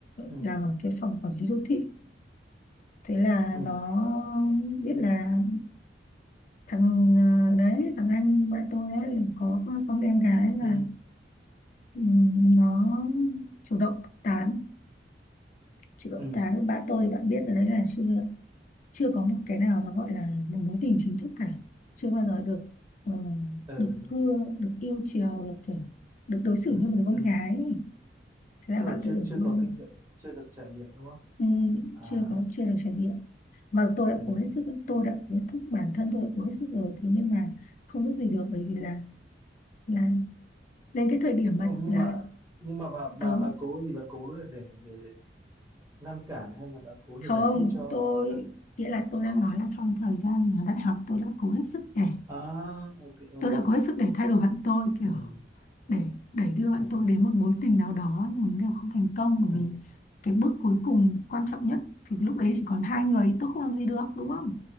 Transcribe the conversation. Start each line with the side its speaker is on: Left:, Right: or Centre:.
Right: ừ
Left: làm ở cái phòng quản lý đô thị thế là
Right: ừ
Left: nó biết là thằng ờ, đấy thằng anh bạn tôi ấy có con em gái là
Right: ừ ừ
Left: ừ, nó chủ động tán Chứ động
Right: ừ
Left: tháng bạn tôi bạn biết rồi đấy là chưa chưa có một cái nào nó gọi là một mối tình chính thức cả chưa bao giờ được ờ,
Right: ừ
Left: được cưa được yêu chiều được kiểu được đối
Right: ừ
Left: xử như một đứa con
Right: ừ
Left: gái ấy. thế là
Right: tức
Left: bạn
Right: là chưa
Left: tôi đổi
Right: chưa
Left: luôn
Right: có kinh nghiệm chưa được trải nghiệm đúng không
Left: ừ,
Right: à
Left: chưa có chưa được trải nghiệm mà tôi đã
Right: ừ.
Left: cố hết sức tôi đã cố hết sức bản thân tôi đã cố hết sức rồi thế nhưng mà không giúp gì được bởi vì là là đến cái thời điểm mà
Right: nhưng nhưng
Left: là
Right: mà nhưng mà bà bà
Left: ừ
Right: bà cố gì bà cố là để để ngăn cản hay là bà cố để
Left: không
Right: giải thích cho
Left: tôi
Right: bạn?
Left: nghĩa là tôi đang nói là trong thời gian mà đại học tôi đã cố hết sức để
Right: à ok
Left: tôi
Right: ok
Left: đã có hết sức để thay đổi bạn tôi kiểu
Right: ừ
Left: để đẩy đưa bạn
Right: ừ
Left: tôi đến một mối tình nào đó nhưng mà đều không thành công bởi
Right: ừ
Left: vì cái bước cuối cùng quan trọng nhất thì lúc đấy chỉ còn hai người tôi không làm gì được đúng không